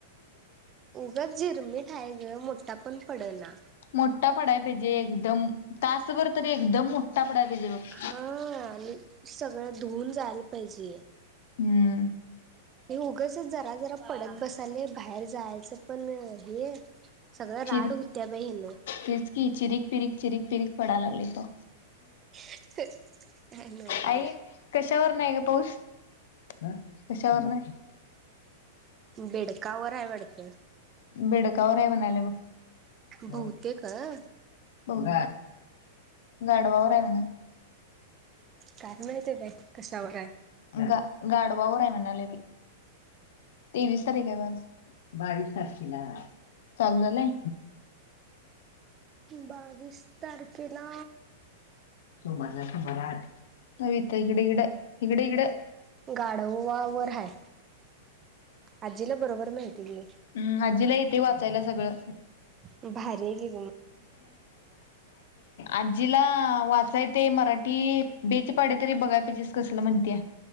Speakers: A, on the right; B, on the left.
A: ग, झिरमीटहाय ग, मोठा पण पड ना.
B: मोठा पडायला पाहिजे, एकदम तासभर तरी एकदम मोठा, पडाय पाहिजे बघ.
A: ह, अनी सगळं, धुऊन जायला पाहिजे.
B: हम्म,
A: हे, उगंच जरा, जरा पडत बसालय बाहेर, जायचं पण हे. सगळ
B: चिरीक
A: राड, होत्या बाई हेन,
B: तेच की, चिरिक, पिरिक, चिरिक, पिरिक, पडालागली त,
A: काय नव्हच
B: आई
A: बाई.
B: कशावर नाहीग, पाऊस कशावरन हाय,
A: बेडका वर आहे वाटत,
B: बेडकावर आहे, म्हणल्या
A: बहुतेक
B: बग,
A: अ.
B: ग -ग गाढवावर हाय वाटत.
A: काय माहिती बाई, कशावर हाय.
B: ग गाढवा वर आहे, म्हणाले बाई, तेवीस तारीख आहे बग आज, बावीस तारखेला चालू झालंय.
A: बावीस, तारखेला,
B: बग, इथ इड, इडं इकड, इकड
A: गाडववा वर हय आजीला बरोबर माहिती गे
B: हम् आजीला येतय वाचायला सगळं
A: भारी हाय गी
B: आजीला वाचायचं ते मराठी बेच पाडे तरी बघाय पाहिजेस कसलं म्हणतीय